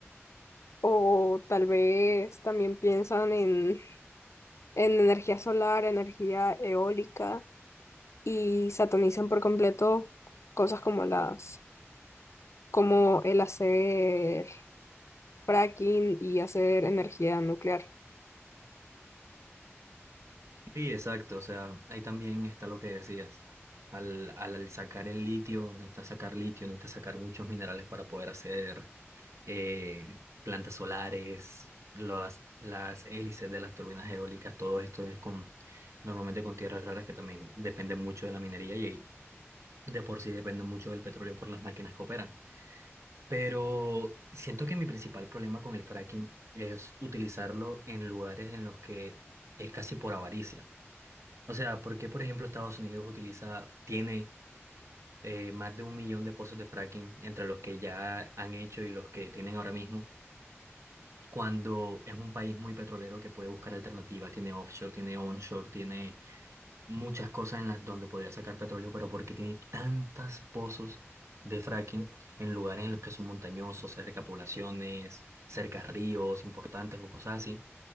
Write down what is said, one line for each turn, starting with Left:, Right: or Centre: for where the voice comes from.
Left: o tal vez también piensan en, en energía solar, energía eólica y satanizan por completo cosas como las, como el hacer fracking y hacer energía nuclear.
Right: Sí, exacto. O sea, ahí también está lo que decías. Al, al, al sacar el litio, necesitas sacar litio, necesitas sacar muchos minerales para poder hacer eh, plantas solares, las, las hélices de las turbinas eólicas, todo esto es con normalmente con tierras raras que también dependen mucho de la minería y de por sí dependen mucho del petróleo por las máquinas que operan. Pero siento que mi principal problema con el fracking es utilizarlo en lugares en los que es casi por avaricia. O sea, ¿por qué, por ejemplo, Estados Unidos utiliza, tiene eh, más de un millón de pozos de fracking entre los que ya han hecho y los que tienen ahora mismo? cuando es un país muy petrolero que puede buscar alternativas, tiene offshore, tiene onshore, tiene muchas cosas en las donde podría sacar petróleo, pero porque tiene tantos pozos de fracking en lugares en los que son montañosos, cerca a poblaciones, cerca a ríos importantes o cosas así.